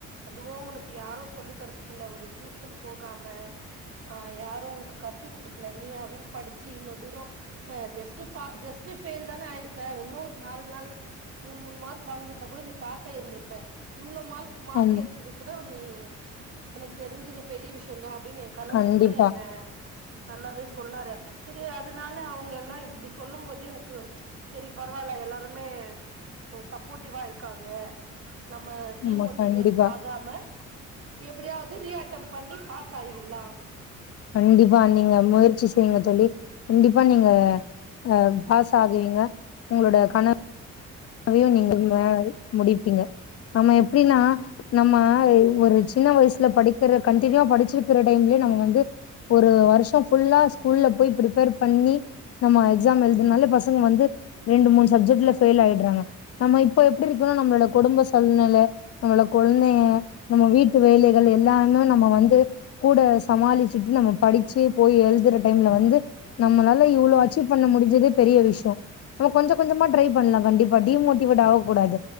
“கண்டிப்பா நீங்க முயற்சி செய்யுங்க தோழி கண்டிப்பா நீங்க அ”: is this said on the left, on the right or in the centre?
Left